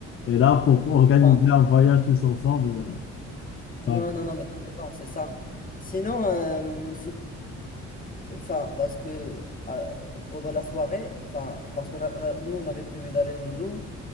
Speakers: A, on the left; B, on the left.
A: Et là, pour organiser
B: <laughs>
A: un voyage tous ensemble, euh, ça
B: Non, non, non, mais t'as raison, c'est ça. Sinon, euh, sou- enfin, parce que euh, pendant la soirée, enfin, parce qu'on a, on a- nous, on avait prévu d'aller au zoo,